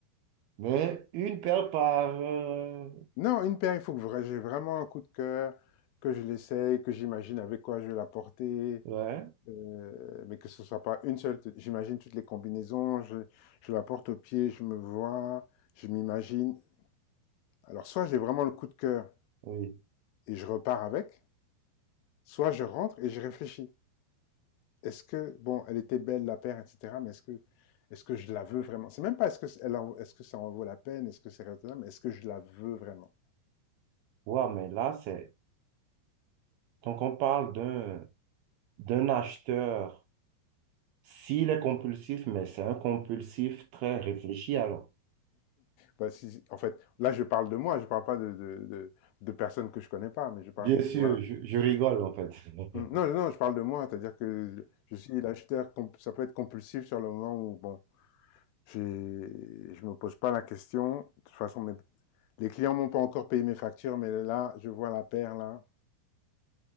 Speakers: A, on the right (about 80°); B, on the left (about 80°).
A: mais une paire par... euh,
B: Non, une paire, il faut que vra- j'ai vraiment un coup de cœur, que je l'essaye, que j'imagine avec quoi je vais la porter,
A: ouais,
B: Euh, mais que ce soit pas une seule. J'imagine toutes les combinaisons, je, je la porte au pied, je me vois, je m'imagine. Alors, soit j'ai vraiment le coup de cœur
A: oui.
B: et je repars avec, soit je rentre et je réfléchis. Est-ce que, bon, elle était belle, la paire, etc., mais est-ce que, est-ce que je la veux vraiment? C'est même pas est-ce que, elle en- est-ce que ça en vaut la peine, est-ce que c'est raisonnable, est-ce que je la veux vraiment?
A: Ouais, mais là, c'est... Donc, on parle d'un d'un acheteur, s'il est compulsif, mais c'est un compulsif très réfléchi, alors.
B: Bah, si- en fait, là, je parle de moi, je parle pas de, de, de, de personnes que je connais pas, mais je parle,
A: Bien sûr,
B: voilà.
A: je, je rigole, en fait. <laughs>
B: Mm. Non, non, je parle de moi, c'est-à-dire que je suis l'acheteur, comp- ça peut être compulsif sur le moment où, bon, j'ai- je me pose pas la question. De toute façon, mes- les clients m'ont pas encore payé mes factures, mais là, je vois la paire, là.